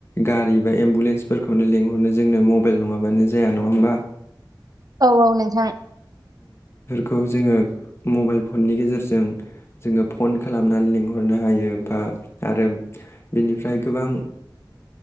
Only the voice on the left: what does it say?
गारि बा एम्बुलेन्सफोरखौनो लिंहरनो जोंनो मबाइल नङाबानो जाया नङा होमबा?
खौ जोङो मबाइल फननि गेजेरजों जोङो फन खालामनानै लिंहरनो हायो बा आरो बेनिफ्राय गोबां